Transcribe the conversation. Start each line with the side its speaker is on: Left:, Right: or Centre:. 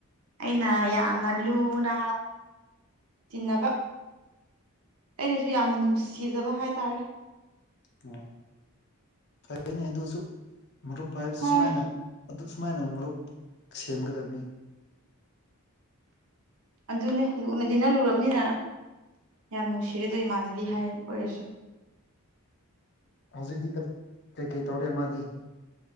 Right: ꯑꯩꯅ ꯌꯥꯝꯅ ꯂꯨꯅ ꯇꯤꯟꯅꯕ ꯑꯩꯅꯁꯨ ꯌꯥꯝꯅ ꯅꯨꯡꯁꯤꯖꯕ ꯍꯥꯏꯇꯥꯔꯦ
Left: ꯑꯣ ꯐꯩꯅꯦ ꯑꯗꯨꯁꯨ ꯃꯔꯨꯞ ꯍꯥꯏꯕꯁꯤ
Right: ꯍꯣꯏ
Left: ꯁꯨꯃꯥꯏꯅ ꯑꯗꯨ ꯁꯨꯃꯥꯏꯅ ꯃꯔꯨꯞ ꯁꯦꯝꯒꯗꯕꯅꯤ
Right: ꯑꯗꯨꯅꯦ ꯂꯨꯅ ꯇꯤꯟꯅ ꯂꯨꯔꯕꯅꯤꯅ ꯌꯥꯝ ꯅꯨꯡꯁꯤꯔꯦꯗꯣ ꯏꯃꯥꯟꯅꯕꯤ ꯍꯥꯏ ꯑꯣꯏꯔꯁꯨ
Left: ꯍꯧꯖꯤꯛꯇꯤ ꯀꯩꯀꯩ ꯇꯧꯔꯦ ꯃꯥꯗꯤ